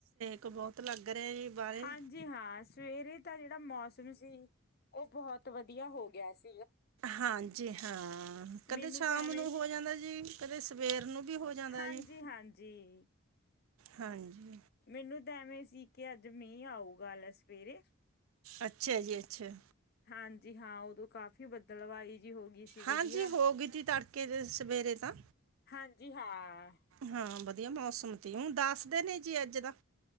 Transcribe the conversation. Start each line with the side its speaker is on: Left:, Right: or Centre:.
Right: ਤੇ ਬਹੁਤ ਲੱਗ। ਰਿਹਾ ਜੀ ਬਾਹਰੇ
Left: ਹਾਂਜੀ ਹਾਂ ਸਵੇਰੇ ਦਾ ਜਿਹੜਾ ਮੌਸਮ ਸੀ ਉਹ ਬਹੁਤ ਵਧੀਆ ਹੋ ਗਿਆ ਸੀ।
Right: ਹਾਂਜੀ ਹਾਂ ਕਦੇ
Left: ਮੈਨੂੰ
Right: ਸ਼ਾਮ
Left: ਤਾਂ ਐਵੇਂ
Right: ਨੂੰ ਹੋ ਜਾਂਦਾ ਜੀ ਕਦੇ ਸਵੇਰ ਨੂੰ ਵੀ ਹੋ ਜਾਂਦਾ
Left: ਹਾਂਜੀ-ਹਾਂਜੀ।
Right: ਜੀ ਹਾਂਜੀ।
Left: ਮੈਨੂੰ ਤਾਂ ਐਵੇਂ ਸੀ ਕਿ ਅੱਜ ਮੀਂਹ ਆਉਗਾ ਲੈ ਸਵੇਰੇ
Right: ਅੱਛਾ ਜੀ ਅੱਛਾ।
Left: ਹਾਂਜੀ ਹਾਂ ਉਦੋਂ ਕਾਫ਼ੀ ਬੱਦਲਵਾਈ। ਜੀ ਹੋ ਗਈ ਸੀ ਵਧੀਆ
Right: ਹਾਂਜੀ ਹੋ ਗਈ ਸੀ ਤੜਕੇ ਦੇ ਸਵੇਰੇ ਤਾਂ
Left: ਹਾਂਜੀ ਹਾਂ
Right: ਹਾਂ। ਵਧੀਆ ਮੌਸਮ ਸੀ ਹੁਣ ਦੱਸ ਦੇ ਨੇ ਜੀ ਅੱਜ ਦਾ।